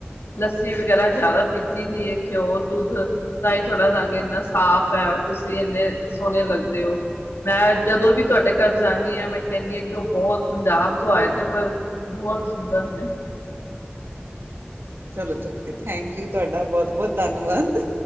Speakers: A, on the left (about 85°); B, on the right (about 75°).
A: ਲੱਸੀ ਵਗੈਰਾ ਜ਼ਿਆਦਾ ਪੀਤੀ ਦੀ ਏ, ਕਿਓ ਦੁੱਧ ਤਾਂਈ ਤੁਆਡਾ ਰੰਗ ਇੰਨਾ ਸਾਫ ਹੈ, ਤੁਸੀਂ ਇੰਨੇ ਸੋਹਣੇ ਸਕਦੇ ਹੋ, ਮੈਂ ਜਦੋਂ ਵੀ ਤੁਆਡੇ ਘਰ ਜਾਂਨੀ ਆ, ਮੈਂ ਕਹਿੰਦੀ ਆ ਔ ਬਹੋਤ ਪੰਜਾਬ ਤੋਂ ਆਏ ਨੇ ਪਰ ਬੋਤ ਸੁੰਦਰ ਨੇ।
B: ਚਲੋ ਚਲੋ, ਥੈਂਕ ਯੂ ਤੁਆਡਾ ਬੋਤ ਬੋਤ ਧੰਨਵਾਦ।